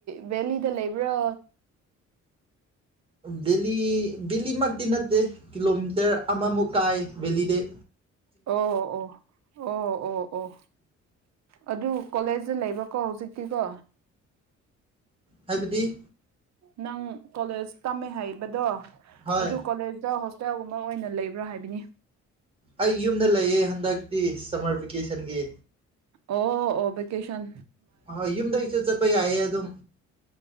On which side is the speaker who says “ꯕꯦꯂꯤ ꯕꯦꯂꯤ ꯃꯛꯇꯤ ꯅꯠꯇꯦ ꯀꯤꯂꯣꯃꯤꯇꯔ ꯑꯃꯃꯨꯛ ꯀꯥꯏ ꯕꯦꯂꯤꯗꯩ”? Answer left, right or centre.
Right